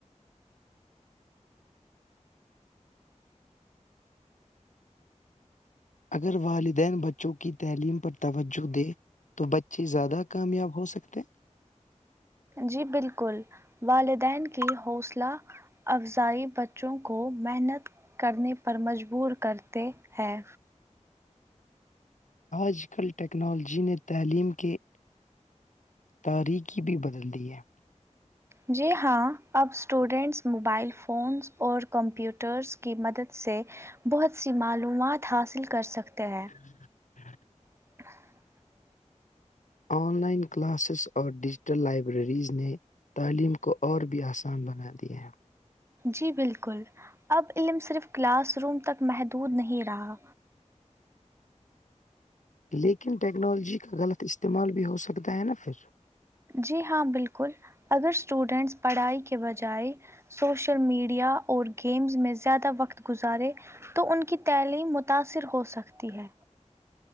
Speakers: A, on the left; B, on the right.
A: اگر والدین بچوں کی تعلیم پر توجہ دے تو بچے زیادہ کامیاب ہو سکتے
B: جی بالکل والدین کی حوصلہ افزائی بچوں کو محنت کرنے پر مجبور کرتے ہیں
A: آج کل ٹیکنالوجی نے تعلیم کے تاریکی بھی بدلتی ہے
B: جی ہاں اب اسٹوڈنٹس موبائل فونس اور کمپیوٹرس کی مدد سے بہت سی معلومات حاصل کر سکتے ہیں
A: ج <inaudible>
B: <inaudible>
A: آن لائن کلاسز اور ڈیجیٹل لائبریریز نے تعلیم کو اور بھی آسان بنا دیا ہیں
B: جی بالکل اب علم صرف کلاس روم تک محدود نہیں رہا
A: لیکن ٹیکنالوجی کا غلط استعمال بھی ہو سکتا ہے نا پھر
B: جی ہاں بالکل اگر اسٹوڈینٹس پڑھائی کے بجائے سوشل میڈیا اور گیمز میں زیادہ وقت گزارے تو ان کی تعلیم متاثر ہو سکتی ہے